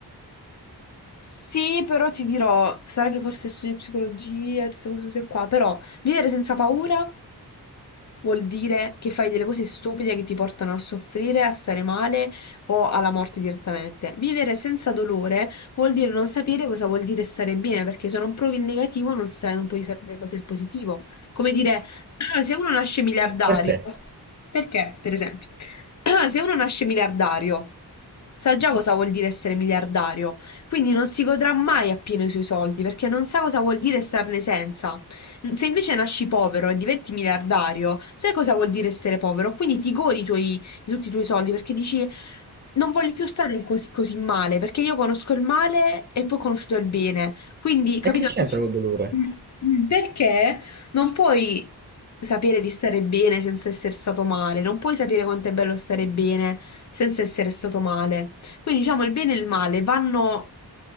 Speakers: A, on the left; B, on the right.
A: Sì, però ti dirò, sarà che forse studio psicologia e tutte queste cose qua, però vivere senza paura Vuol dire che fai delle cose stupide che ti portano a soffrire, a stare male o alla morte direttamente. Vivere senza dolore vuol dire non sapere cosa vuol dire stare bene, perché se non provi il negativo non sai, non puoi sapere cos'è il positivo. Come dire, <clears throat> "Ah, se uno nasce miliardario,
B: Perché?
A: perché, per esempio, <clears throat> "Ah, se uno nasce miliardario, sa già cosa vuol dire essere miliardario, quindi non si godrà mai appieno i suoi soldi, perché non sa cosa vuol dire starne senza. Mm, Se invece nasci povero e diventi miliardario, sai cosa vuol dire essere povero? Quindi ti godi i tuoi- di tutti i tuoi soldi perché dici non voglio più stare così, così male, perché io conosco il male e poi ho conosciuto il bene. Quindi, capito?
B: E che c'entra col dolore?
A: <coughs> Perché non puoi sapere di stare bene senza essere stato male, non puoi sapere quanto è bello stare bene senza essere stato male. Quindi, diciamo, il bene e il male vanno...